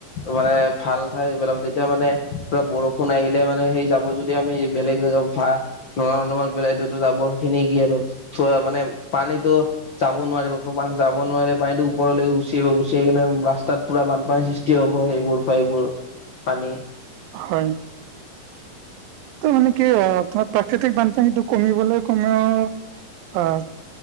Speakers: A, on the left; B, on the right.
A: মানে ভাল ঠাইত পেলাব, তেতিয়া মানে পুৰা বৰষুণ আহিলে মানে সেই জাবৰ জোথ যদি আমি বেলেগ জাগা বা নলা নৰ্দমাত পেলাই দিওঁ, জাবৰ খিনি কি আৰু থোৱা মানে পানীটো যাব নোৱাৰিব, পা পানী যাব নোৱাৰিলে পানীত ওপৰলৈ গুচি আহিব, গুচি আহি কিনে ৰাস্তাত পুৰা বানপানী সৃষ্টি সৃষ্টি হ'ব, এইবোৰৰ পৰা এইবোৰ পানী
B: হয়',। ত' মানে কি অ' তোমাৰ প্ৰাকৃতিক বানপানীটো কমিবলৈ কমেওঁ অ'